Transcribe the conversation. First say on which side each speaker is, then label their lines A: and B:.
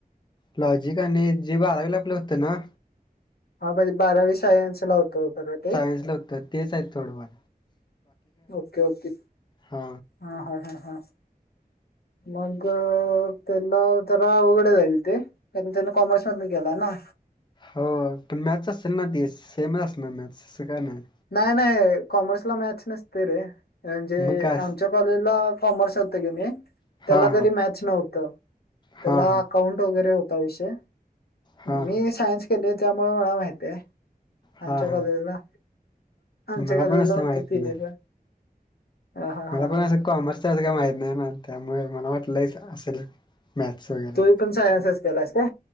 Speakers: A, on the left; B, on the left.
A: लॉजिक आणि जे बारावी ला आपलं होतं. ना.
B: हा म्हणजे बारावी सायन्स लावतो खरव ते
A: होतात. तेच आहेत थडंफार.
B: ओके ओके
A: हा
B: हा हा हा हा. मग त्याला जरा उघड जाईल ते. त्या त्यांन कॉमर्स मध गेला ना.
A: हो पण मॅथ्स असेल ना त सेम अस ना मॅथ्स असं का नाही.
B: नाही नाही कॉमर्सला मॅथस नसते. रे म्हणजे
A: मग काय अस
B: आमच्या कॉलेजला कॉमर्स होत की
A: हां,
B: त्याला
A: हां.
B: तरी मॅथस नव्हत. त्याला
A: हां, हां.
B: अकाउंट वगैरे होता विषय
A: हां,
B: मी
A: हां.
B: सायन्स केले त्यामुळे मला माहती आहे. आमच्या
A: हां, हां.
B: कॉलेजला आमच्या
A: मला
B: कॉलेजला
A: पण असं
B: होत
A: माहीत
B: तिने
A: नाही.
B: पण. हा हा हा
A: मला
B: हा
A: पण असं कॉमर्सच असं काय माहीत नाही त्यामुळे मला वाटलं असेल. मॅथ्स वगैरे
B: तू पण सायन्सच केलास काय